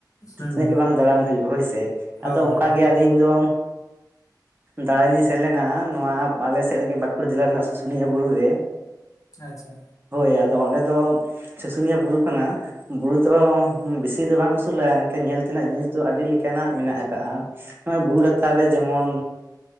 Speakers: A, on the right (about 30°); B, on the left (about 50°).
A: ᱛᱤᱛᱱᱟᱹᱜ
B: ᱦᱩᱸ
A: ᱜᱮ ᱵᱟᱝ ᱫᱟᱬᱟᱱ ᱦᱩᱭᱩᱜ ᱦᱳᱭᱥᱮ
B: ᱦᱳᱭ
A: ᱟᱫᱚ ᱚᱱᱠᱟᱜᱮ
B: ᱦᱳᱭ
A: ᱟᱹᱞᱤᱧ ᱫᱚ ᱫᱟᱬᱟᱱ ᱞᱤᱧ ᱥᱮᱱ ᱞᱮᱱᱟ ᱱᱚᱣᱟ ᱟᱞᱮ ᱥᱮᱫ ᱨᱮᱜᱮ ᱵᱟᱸᱠᱩᱲᱟ ᱡᱮᱞᱟ ᱨᱮᱱᱟᱜ ᱥᱩᱥᱩᱱᱤᱭᱟᱹ ᱵᱩᱨᱩ ᱨᱮ
B: ᱟᱪᱪᱷᱟ
A: ᱦᱳᱭ ᱟᱫᱚ ᱚᱸᱰᱮ ᱫᱚ ᱥᱩᱥᱩᱱᱤᱭᱟᱹ ᱵᱩᱨᱩ ᱠᱟᱱᱟ ᱵᱩᱨᱩ ᱫᱚ ᱵᱮᱥᱤ ᱫᱚ ᱵᱟᱝ ᱩᱥᱩᱞᱟ ᱮᱱᱠᱷᱟᱱ ᱧᱮᱞ ᱛᱮᱱᱟᱜ ᱡᱤᱱᱤᱥ ᱫᱚ ᱟᱹᱰᱤ ᱞᱮᱠᱟ ᱱᱟᱜ ᱢᱮᱱᱟᱜ ᱟᱠᱟᱫᱼᱟ ᱱᱚᱜ ᱚᱭ ᱵᱩᱨᱩ ᱞᱟᱛᱟᱨ ᱨᱮ ᱡᱮᱢᱚᱱ